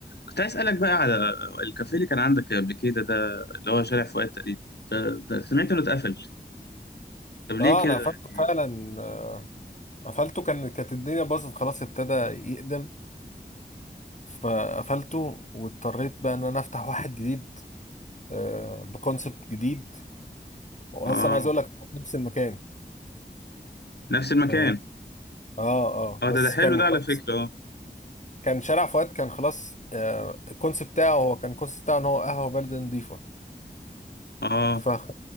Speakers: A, on the left (about 75°); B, on the left (about 45°).
A: كنت عايز اسالك بقى على الكافيه اللي كان عندك قبل كده ده اللي هو شارع فؤاد تقريبا ده, ده سمعت انه اتقفل طب ليه
B: اه
A: كده
B: انا قفلته
A: يعني
B: فعلا آه، قفلته كان كانت الدنيا باظت خلاص ابتدى يقدم فقفلته واضطريت بقى ان انا افتح واحد جديد آه، بكونسبت جديد واصلا
A: اه
B: عايز اقول لك في نفس المكان
A: نفس المكان
B: اه اه آه،
A: اه
B: بس
A: ده ده حلو
B: كان
A: ده على
B: خلاص
A: فكره اه
B: كان شارع فؤاد كان خلاص آه، الكونسبت بتاعه هو كان الكونسبت بتاعه ان هو قهوه بلد نظيفه
A: اه
B: فخ-